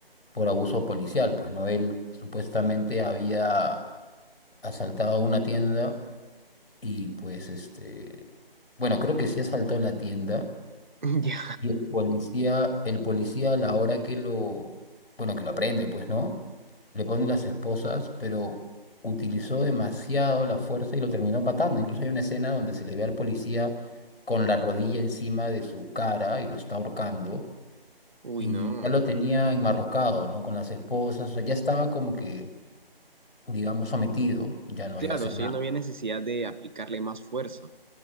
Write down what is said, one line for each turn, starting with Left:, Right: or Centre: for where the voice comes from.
Left: por abuso policial, pues no, él supuestamente había asaltado una tienda y pues este, bueno, creo que sí asaltó la tienda
Right: <laughs> Ya.
Left: y el policía, el policía a la hora que lo, bueno, que lo aprende, pues no, le pone las esposas, pero utilizó demasiado la fuerza y lo terminó matando. Incluso hay una escena donde se le ve al policía con la rodilla encima de su cara y lo está ahorcando
Right: Uy,
Left: y
Right: no.
Left: ya lo tenía enmarrocado, ¿no? Con las esposas, o sea, ya estaba como que, digamos, sometido, ya no
Right: Claro,
Left: iba a hacer
Right: sí,
Left: nada.
Right: no había necesidad de aplicarle más fuerza.